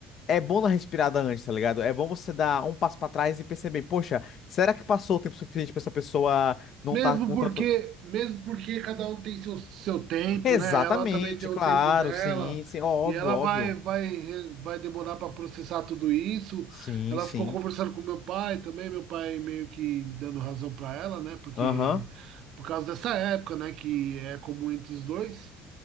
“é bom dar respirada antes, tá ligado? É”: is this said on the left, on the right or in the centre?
Left